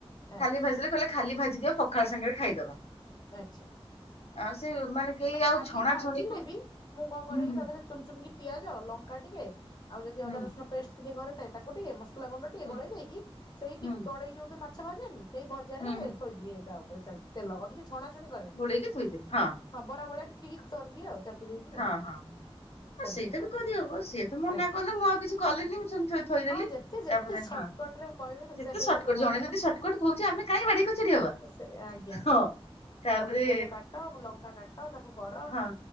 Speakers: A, on the left; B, on the left.
A: ଆଜ୍ଞା
B: ଖାଲି ଭାଜିଦେଲେ କହିଲେ ଖାଲି ଭାଜି ଦିଅ ପଖାଳ ସାଙ୍ଗେରେ ଖାଇଦବା।
A: ଆଚ୍ଛା।
B: ଆଉ ସେ ମାନେ କେହି
A: ନାଇଁ
B: ଆଉ
A: ଖାଲି
B: ଛଣା
A: ଭାଜିଲେ
B: ଛଣିକୁ
A: ବି ମୁଁ କଣ କରେ
B: ହୁଁ
A: କି
B: ହୁଁ
A: ତା ଧେରେ ଚୁନ୍ ଚୁନ୍ କି ପିଆଜ ଲଙ୍କା ଟିକେ ଆଉ ଯଦି
B: ହୁଁ
A: ଅଦା ରସୁଣ ପେଷ୍ଟ ଟିକେ ଘରେ ଥାଏ ତାକୁ ଟିକେ ମ ସସଲା ଗୁଣ୍ଡ ଟିକେ
B: ହୁଁ
A: ଗୋଳେଇ ଦେଇକି ସେଇ
B: ହୁଁ
A: ଟି କଡେଇ ଯୋଉଥିରେ ମାଛ ଭାଜେନି ସେଇ ଭଜାରେ
B: ହୁଁ ହୁଁ
A: ଥୋଇଦିଏ। ତା ଉପରେ ସେମ୍ତି ତେଲ ଅଧିକ ଛଣାଛଣି କରେନି।
B: ଟିକେ <unintelligible> ହଁ।
A: ହବରା ଭଳିଆ ଟିକ୍-ଟିକ୍ କରିଦିଏ ଆଉ। ଦେଇକି
B: ହଁ-ହଁ।
A: ଆଉ ସେମିତି
B: ସେଇଟା
A: କରିଦିଏ
B: ବି କରିହବ ସିଏ ତ ମନା
A: ଆଜ୍ଞା
B: କଲେ ମୁଁ ଆଉ କିଛି କଲିନି ମୁଁ ସେମ୍ତି ଥୋଇଦେଲି।
A: ହଁ ଯେତେ ଯେତେ
B: ତାପରେ
A: ସର୍ଟକଟ
B: ହଁ
A: ରେ କହିବେ ସେତେ
B: ଯେତେ
A: ହେଇଗଲେ
B: ସର୍ଟକଟ
A: ଭଲ
B: ଜଣେ ଯଦି ସର୍ଟକଟ କହୁଚି ଆମେ କାଇଁ ବାଡେଇ କଚାଡି ହବା।
A: ତ ସେ ଆଜ୍ଞା।
B: ହଁ ତାପରେ
A: ପୁଣି <unintelligible> ଲଙ୍କା କାଟ ତାକୁ କର।
B: ହଁ।